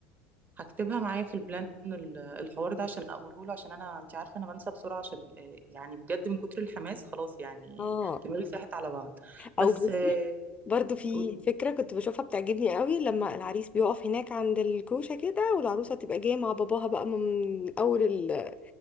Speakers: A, on the right; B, on the left.
A: هكتبها معايا في البلان ال- الحوار ده عشان اقوله له عشان انا انت عارفه انا بنسى بسرعه عشان آه، يعني بجد من كتر الحماس خلاص يعني
B: اه
A: دماغي ساحت على بعض بس
B: او بصي
A: آه،
B: برضو في
A: قول-
B: فكرة كنت بشوفها بتعجبني قوي لما العريس بيقف هناك عند الكوشة كده والعروسة تبقى جاية مع باباها بقى من أول ال-